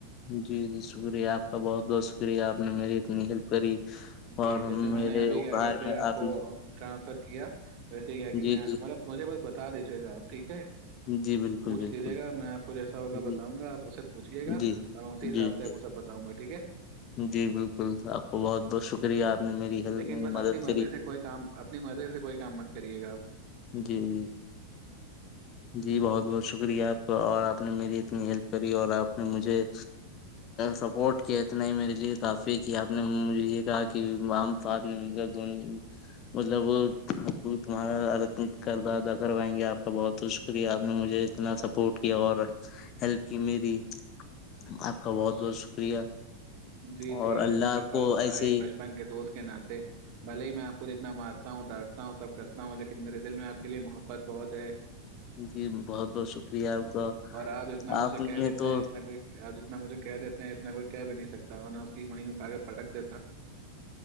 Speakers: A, on the left (about 35°); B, on the right (about 40°).
A: جی جی شکریہ آپ کا بہت بہت شکریہ آپ نے میری اتنی
B: جی
A: ہیلپ کری اور
B: جی جیسے میں
A: میرے
B: نے ابھی
A: ادھار
B: کیا کہتے
A: میں
B: ہیں
A: آپ
B: کو
A: نے
B: ٹرانسفر کیا <unintelligible> ویسے کیا
A: جی
B: کتنے ہیں
A: جی
B: مطلبجھے بول بتا دیجیے گا آپ ٹھیک ہے
A: جی بالکل
B: پوچھ
A: بالکل
B: لیجے گا میں آپ کو جیسا ہوگا ب
A: جی
B: بتاؤںاپ اس سے پوچھیے گا
A: جی
B: اسی حساب
A: جی
B: سے
A: جی
B: آپے بتاؤں گا کہ ٹھیک ہے
A: جی بالکل آپ کو بہت بہت شکریہ آپ نے میری ہیلپ
B: لیکن بس
A: مدد
B: اپنی مرضی
A: کری
B: سے کوئی کام اپنی مرضی سے کوئی کام مت کریے گا آپ
A: جی جی جی بہت بہت شکریہ آپ کا اور آپ نے میری اتنی ہیلپ کری اور آپ نے مجھے سپورٹ کیا اتنا ہی میرے لیے کافی کہ آپ نے مجھے یہ کہا کہ عام فدمی مل کر دونوں مطلب ح تمہارا کردہ ادا کروائیں گے آپ کا بہت بہت ش شکریہ آپ نے مجھے اتنا سپورٹ کیا اور ہیلپ کی میری آپ کا بہت بہت شکریہ
B: جی جی
A: اور
B: یہ
A: اللہ
B: تو میرا
A: آپ
B: فرض
A: کو
B: تھا
A: ایسے
B: ایک
A: ہی
B: بچپن کے دوست کیانات بھلے ہی میں آپ خ جتنا مار تا ہوں ڈانٹتا ہوں سب کرتا ہوں لیکن میرے دل میںپ کے لیے محبت بہت ہے
A: جی بہت بہت شکریہ آپ کا
B: اور اتنا مجھے
A: آپ
B: کہہ
A: نے
B: دیتے
A: تو
B: ہیں اتنا کوئی آپ جتنا مجھے کہہ دیتے ہیں اتنا کوئی کہہ بھی نہیں سکتا ا اس کی وہیں اٹھا کے پٹک دیتا